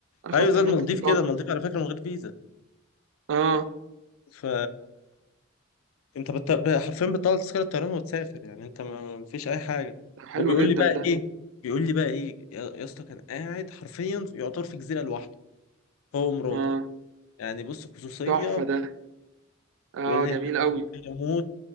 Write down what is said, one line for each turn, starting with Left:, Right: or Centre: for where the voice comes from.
Right: أرخص
Left: ايوه زي
Right: مما
Left: المالديف
Right: أنت تتوقع
Left: كده المالديف على فكره من غير فيزا
Right: اه
Left: ف انت بت... ب- حرفيا بتطلع تذكره طيران وتسافر يعني انت ما ما فيش اي حاجه
Right: ده حلو
Left: وبيقول
Right: جدا
Left: لي بقى
Right: ده
Left: ايه بيقول لي بقى ايه يا يا اسطى كان قاعد حرفيا يعتبر في جزيره لوحده هو ومراته
Right: اه
Left: يعني بص خصوصيه
Right: تحفة ده اه
Left: يقول لي
Right: جميل
Left: هناك
Right: قوي
Left: مستحيل اموت